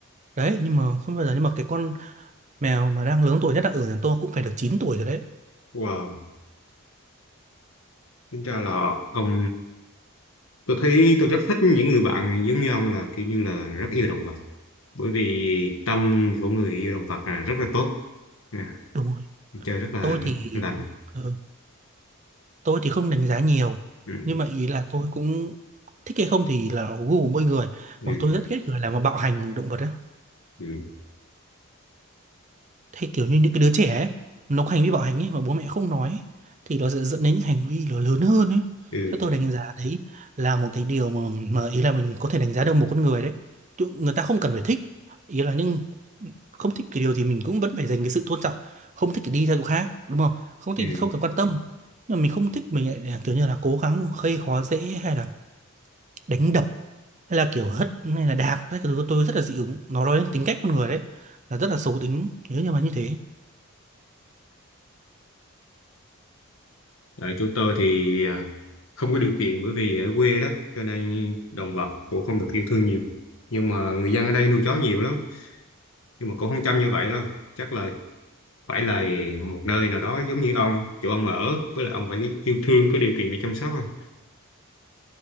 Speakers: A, on the right; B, on the left.
A: đấy nhưng mà không bao giờ nhưng mà cái con mèo mà đang lớn tuổi nhất là ở nhà tôi cũng phải được chín tuổi rồi đấy
B: wow tính ra là ông tôi thấy tôi rất thích những người bạn giống như ông là kiểu như là rất yêu động vật bởi vì tâm của người yêu động vật là rất là tốt à,
A: đúng rồi
B: chơi rất là
A: tôi thì
B: lành
A: ừ, tôi thì không đánh giá nhiều
B: ừ.
A: nhưng mà ý là tôi cũng thích hay không thì là gu của mỗi người
B: Ừ.
A: mà tôi rất ghét người làm mà bạo hành động vật ấy.
B: Ừ.
A: Thế kiểu như những cái đứa trẻ ấy, nó có hành vi bạo hành ấy mà bố mẹ không nói ấy, thì nó sẽ dẫn đến những hành vi nó lớn hơn ấy.
B: Ừ.
A: Thế tôi đánh giá đấy là một cái điều mà mà ý là mình có thể đánh giá được một con người đấy. Chứ Người ta không cần phải thích, ý là nhưng không thích cái điều gì mình cũng vẫn phải dành cái sự tôn trọng, không thích thì đi theo chỗ khác, đúng không? Không thích
B: ừ.
A: thì không cần quan tâm. Nhưng mà mình không thích mình lại à, kiểu như là cố gắng gây khó dễ hay là đánh đập hay là kiểu hất hay là đạp cái thứ tôi rất là dị ứng nó nói đến tính cách con người đấy là rất là xấu tính nếu như mà như thế
B: Ở chỗ tôi thì à, không có điều kiện bởi vì ở quê đó cho nên động vật cũng không được yêu thương nhiều nhưng mà người dân ở đây nuôi chó nhiều lắm nhưng mà cũng không chăm như vậy đâu chắc là phải là một nơi nào đó giống như ông chỗ ông ở với lại ông phải yêu thương có điều kiện để chăm sóc à.